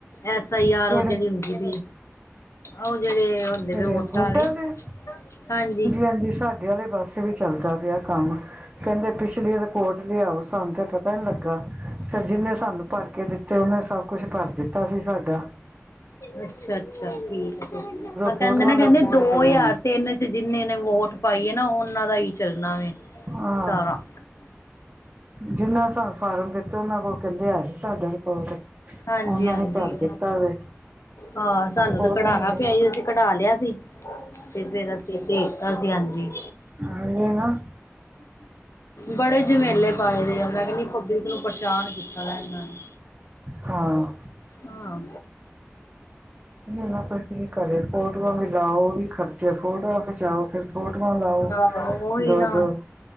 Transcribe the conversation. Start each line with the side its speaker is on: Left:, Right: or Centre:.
Left: ਐਸ ਆਈ
Right: ਕਿਹੜੇ
Left: ਆਰ ਔਹ ਜੇੜੀ ਹੁੰਦੀ ਬੀ। ਔਹ ਜੇੜੇ ਹੁੰਦੇ
Right: ਕਿਹੜੇ
Left: ਬਏ ਵੋਟਾਂ
Right: ਬੂਟਾਂ
Left: ਆਲੇ,
Right: ਦੇ
Left: ਹਾਂਜੀ।
Right: ਹਾਂਜੀ, ਸਾਡੇ ਆਲੇ ਪਾਸੇ ਵੀ ਚੱਲਦਾ ਪਿਆ ਕੰਮ, ਕਹਿੰਦੇ ਪਿਛਲੀ ਰਕੋਟ ਲਿਆਓ, ਸਾਨੂੰ ਤੇ ਪਤਾ ਪਯਾ ਨੀ ਲੱਗਾ, ਫਿਰ ਜਿੰਨੇ ਸਾਨੂੰ ਭਰ ਕੇ ਦਿੱਤੇ, ਔਨੇ ਸਵ ਕੁਛ ਭਰ ਦਿੱਤਾ ਸੀ ਸਾ ਦਾ।
Left: ਅੱਛਾ-ਅੱਛਾ, ਠੀਕ ਏ ਫੇਰ, ਹਾਂ ਕੇਂਦੇ
Right: ਫੋਟੋਆਂ
Left: ਨੇ, ਕਹਿੰਦੇ
Right: ਲੱਗਦੀਆਂ
Left: ਦੋ
Right: ਪਈਆਂ
Left: ਯਾਰ
Right: ਨੇ
Left: ਤਿੰਨ ਜਿੰਨੇ ਨੇ ਵੋਟ ਪਾਈਏ ਨਾ ਉਹਨਾਂ ਦਾ ਹੀ ਚੱਲਣਾ ਵੇ
Right: ਆਹ
Left: ਸਾਰਾ।
Right: ਜਿੰਨਾ ਸਾਨੂੰ ਫਾਰਮ ਦਿੱਤੇ, ਉਹਨਾਂ ਕੋਲ ਕਹਿੰਦੇ ਆ ਸੀ ਸਾਡਾ ਰਿਕਾਰਡ।
Left: ਹਾਂਜੀ-ਹਾਂਜੀ,
Right: ਉਹਨਾਂ ਨੇ ਕਰ ਦਿੱਤਾ ਵੇ
Left: ਹਾਂ ਸਾਨੂੰ
Right: ਫੋਟੋਆਂ
Left: ਤੇ ਕਢਾਨਾ
Right: ਨੇ
Left: ਪਿਆ ਈ। ਅਸੀਂ ਕਢਾ ਲਿਆ ਸੀ ਤੇ ਫੇਰ ਅਸੀਂ ਭੇਜਤਾ ਸੀ ਹਾਂਜੀ।
Right: ਆ ਗਏ ਨਾ।
Left: ਬੜੇ ਜਮੇਲੇ ਪਾਏ ਦੇ ਆ, ਮੈਂ ਕਹਿੰਦੀ ਪਬਲਿਕ ਨੂੰ ਪਰੇਸ਼ਾਨ ਕੀਤਾ ਕੀਤਾ ਦਾ ਏਨਾ ਨੇ।
Right: ਹਾਂ।
Left: ਆਹ।
Right: ਨਾ ਕੋ ਕੀ ਕਰੇ ਫੋਟੋਆਂ ਵੀ ਲਾਓ ਵੀ ਖਰਚੇ, ਫੋਟੋਆਂ ਖਿਚਾਓ ਫਿਰ ਫੋਟੋਆਂ ਲਾਓ।
Left: ਉਹ ਹੀ
Right: ਦੋ-ਦੋ
Left: ਨਾ।